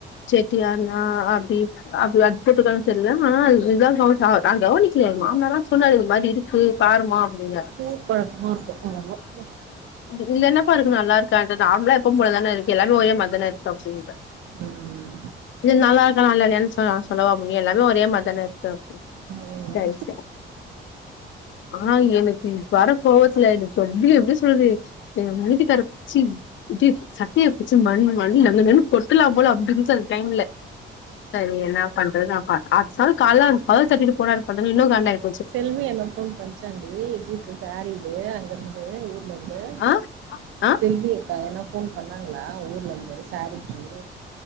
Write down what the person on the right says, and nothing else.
ஊர் பழக்கம்மா இருக்கு அதுலா போ
ம்
ம்
செல்வி எனக் ஃபோன் பண்ச்சாண்டி வீட்டு சாரீடு அங்க இருந்து ஊர்ல இருந்து
செல்வி அக்கா என்னா ஃபோன் பண்ணாங்களா ஊர்ல இந்து சாரீக்கு